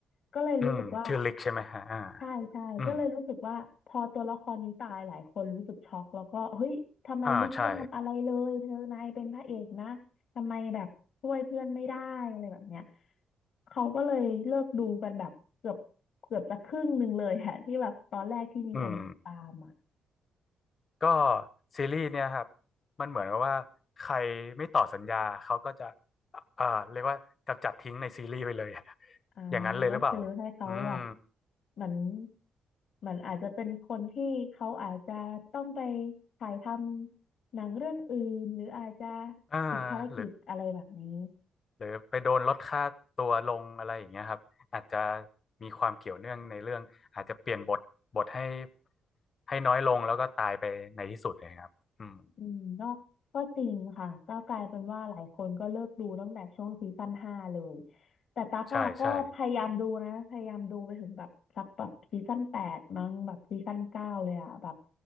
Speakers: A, on the left; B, on the left.
A: ก็เลยรู้สึกว่า
B: อืมชื่อลิกใช่ไหมฮะอ่า
A: ใช่ใช่ก็เลยรู้สึกว่าพอตัวละครนี้ตายหลายคนรู้สึกช็อกแล้วก็เฮ้ยทำไมลิกไม่ทำอะไรเลยเธอนายเป็นพระเอกนะทำไมแบบช่วยเพื่อนไม่ได้อะไรแบบเนี้ย
B: อืมอ่าใช่
A: เขาก็เลยเลิกดูกันแบบเกือบเกือบจะครึ่งหนึ่งเลยอะที่แบบตอนแรกที่มีคนติดตามอ่ะ
B: อืม ก็ซีรีส์เนี่ยครับ มันเหมือนกับว่าใครไม่ต่อสัญญา เขาก็จะเอ่าเรียกว่ากำจัดทิ้งในซีรีส์ไปเลย <laughs>
A: อ่า
B: อย่างนั้นเลยหรือเปล่า
A: ก็คือให้เขาแบบ
B: อืม
A: เหมือนเหมือนอาจจะเป็นคนที่เขาอาจจะต้องไปถ่ายทำหนังเรื่องอื่นหรืออาจจะ
B: อ่า
A: ติดภารกิจอะไรแบบนี้
B: หรือหรือไปโดนลดค่าตัวลงอะไรอย่างเงี้ยครับ อาจจะมีความเกี่ยวเนื่องในเรื่องอาจจะเปลี่ยนบท บทให้ให้น้อยลงแล้วก็ตายไปในที่สุดเลยครับอืม
A: อืมก็ก็จริงค่ะก็กลายเป็นว่าหลายคนก็เลิกดูตั้งแต่ช่วงซีซั่นห้าเลยแต่ตั๊กอะก็พยายามดูนะพยายามดูไปถึงแบบสักแบบซีซั่นแปดมั้งแบบซีซั่นเก้าเลยอะแบบ
B: ใช่ใช่